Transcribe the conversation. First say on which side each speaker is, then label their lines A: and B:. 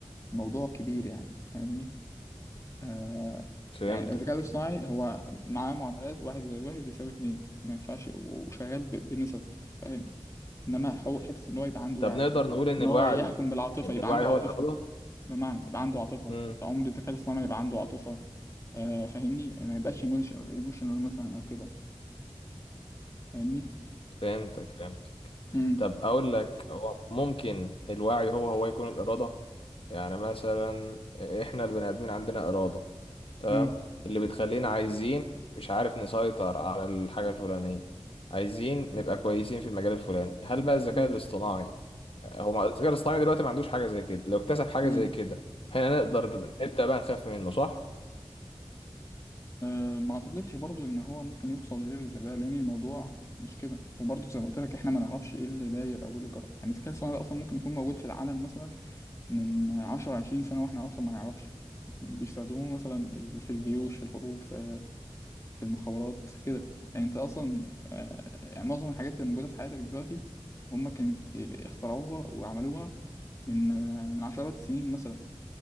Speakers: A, on the left; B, on the left.
A: موضوع كبير يعني فاهمني آه
B: فهمتك
A: يعني الذكاء الاصطناعي هو معاه معادلات واحد زائد واحد بيساوي اتنين ما ينفعش و- وشغال ب... بنسب فاهم انما حو- حته ان هو يبقى عنده
B: طب
A: وعي
B: نقدر نقول
A: حته
B: ان
A: ان
B: الوعي
A: هو يحكم بالعاطفه
B: ان
A: يبقى
B: الوعي
A: عنده
B: هو
A: عاطفه
B: هو الاغلب
A: بمعنى يبقى عنده عاطفة
B: امم
A: انت عمر الذكاء الاصطناعي يبقى عنده عاطفة آه فاهمني ما يبقاش ايموشنال مثلا او كده فاهمني
B: فهمتك فهمت
A: امم
B: طب اقول لك هو ممكن الوعي هو هو يكون الاراده يعني مثلا احنا البني ادمين عندنا اراده تمام
A: امم
B: اللي بتخلينا عايزين مش عارف نسيطر على الحاجه الفلانيه عايزين نبقى كويسين في المجال الفلاني هل بقى الذكاء
A: امم
B: الاصطناعي هو ما- الذكاء الاصطناعي دلوقتي ما عندوش حاجه زي كده لو اكتسب حاجه
A: امم
B: زي كده احنا نقدر نبدا بقى نخاف منه صح
A: آه ما اعتقدش برضو ان هو ممكن يوصل لليفل زي ده لان الموضوع مش كده وبرضو زي ما قلت لك احنا ما نعرفش ايه اللي داير او ايه اللي جرى يعني الذكاء الاصطناعي ده اصلا ممكن يكون موجود في العالم مثلا من 10 20 سنة واحنا اصلا ما نعرفش بيستخدموه مثلا ال- في الجيوش في الحروب في في المخابرات كده يعني انت اصلا آه، يعني معظم الحاجات اللي موجوده في حياتك دلوقتي هم كانت آه، اخترعوها وعملوها من آه، من عشرات السنين مثلا